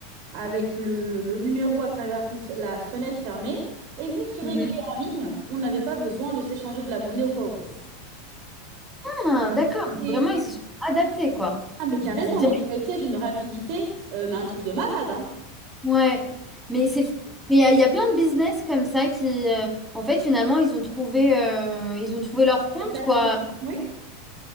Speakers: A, on the right; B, in the centre.
A: avec le, le numéro à travers la fen- la fenêtre fermée. Et vu qu'ils
B: Mhm.
A: réglaient en ligne, on n'avait pas besoin de s'échanger de la monnaie ou quoi aux caisses.
B: Ah, d'accord. Donc,
A: Et-
B: Vraiment, ils se sont adaptés, quoi.
A: ah, mais carrément,
B: D- direct.
A: mais ça a été d'une rapidité, euh, mais un truc de malade, hein.
B: Ouais. Mais c'est... Mais il y, a il y a plein de business comme ça qui... euh, en fait, finalement, ils ont trouvé, euh, ils ont trouvé leur compte,
A: Adaptation.
B: quoi.
A: Oui.